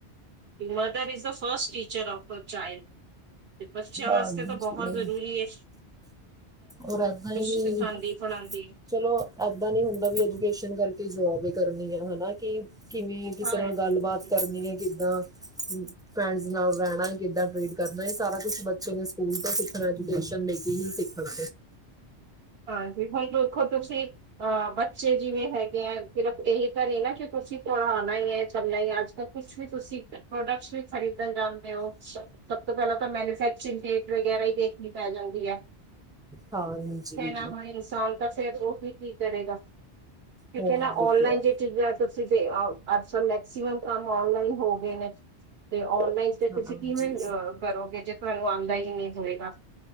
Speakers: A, on the right; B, in the centre.
A: mother is the first teacher of a child. ਤੇ ਪਚਿਆ
B: ਹਾਂਜੀ
A: ਵਾਸਤੇ ਤਾਂ ਬਹੁਤ ਜ਼ਰੂਰੀ ਐ।
B: ਔਰ ਏਦਾਂ ਈ ਵੀ
A: ਸਿਖਾਉਂਦੀ ਪੜ੍ਹਾਉਂਦੀ
B: ਚਲੋ ਏਦਾਂ ਨੀ ਹੁੰਦਾ
A: ਹੈ।
B: ਵੀ ਐਜੂਕੇਸ਼ਨ ਕਰਕੇ ਜੋਬ ਕਰਨੀ ਆ ਹਨਾਂ ਕਿ ਕਿਵੇਂ ਕਿਸੇ
A: ਹਾਂਜੀ
B: ਨਾਲ ਗੱਲਬਾਤ
A: ਜੀ।
B: ਕਰਨੀ ਐ ਕਿੱਦਾਂ? ਫ੍ਰੈਂਡਸ ਨਾਲ ਰੈਣਾ, ਕਿੱਦਾਂ ਟਰੀਟ ਕਰਨਾ ਇਹ ਸਾਰਾ ਕੁਛ ਬੱਚੇ ਨੇ ਸਕੂਲ ਤੋਂ ਸਿੱਖਣਾ, ਐਜੂਕੇਸ਼ਨ ਲੇ ਕੇ ਹੀ ਸਿੱਖਣਾ।
A: ਹਾਂਜੀ, ਹੁਣ ਦੇਖੋ ਤੁਸੀਂ। ਅਹ ਬੱਚੇ ਜਿਵੇਂ ਹੈਗੇ ਆ ਸਿਰਫ ਇਹੀ ਤਾਂ ਨਾ ਕਿ ਤੁਸੀਂ ਪੜ੍ਹਾਣਾ ਈ ਐ ਚੱਲ ਨਈਂ ਅੱਜ ਤਾਂ ਕੁਛ ਵੀ ਤੁਸੀਂ ਪ੍ਰੋਡਕਟਸ ਵੀ ਖਰੀਦਣ ਜਾਂਦੇ ਓ ਸਭ ਤੋਂ ਪਹਿਲਾਂ ਤਾਂ ਮੈਨੂਫੈਕਚਰਿੰਗ ਡੇਟ ਵਗੈਰਾ ਈ ਦੇਖਣੀ ਪੈ ਜਾਂਦੀ ਐ।
B: ਹਾਂਜੀ।
A: ਹੋਏ ਇਨਸਾਨ ਤਾਂ ਫਿਰ ਉਹੀ ਕੀ ਕਰੇਗਾ? ਠੀਕ
B: ਹੋਰ
A: ਐ ਨਾ ਔਨਲਾਈਨ
B: ਕਿਆ
A: ਜੇ ਚੀਜ਼ <unintelligible> ਤੁਸੀਂ ਤੇ ਆ ਅੱਜ ਮੈਕਸੀਮਮ ਕੰਮ ਔਨਲਾਈਨ ਹੋ ਗਏ ਨੇ ਤੇ ਆੱਲ ਤੇ ਇਸ
B: ਹਾਂਜੀ
A: ਤੁਸੀਂ ਕਿਵੇਂ ਅਹ ਕਰੋਗੇ ਜੇ ਤੁਹਾਨੂੰ ਆਂਦਾ ਈ ਨ੍ਹੀਂ ਹੋਏਗਾ।